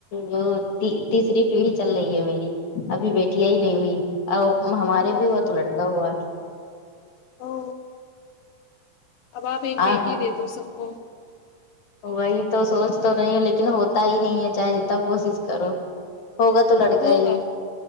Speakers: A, on the left; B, on the left.
A: وہ تی تیسری پیڑھی چل رہی ہے میری ابھی بے بیٹیاں ہی نہیں ہوئی ہمارے
B: ہاں
A: بھی ہوا تو لڑکا ہوا
B: او اب آپ ایک بیٹی
A: آ
B: دے دو سب کو
A: وہی تو سوچ تو رہی ہو لیکن ہوتا ہی نہیں ہے چاہے جتنا کوشش کرو ہوگا تو لڑکا
B: ہوگا
A: ہی